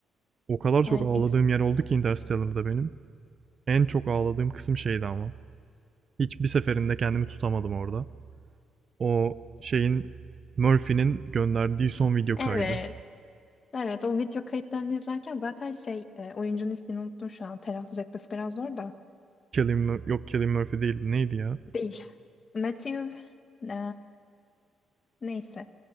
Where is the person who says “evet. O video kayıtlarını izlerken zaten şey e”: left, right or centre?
Left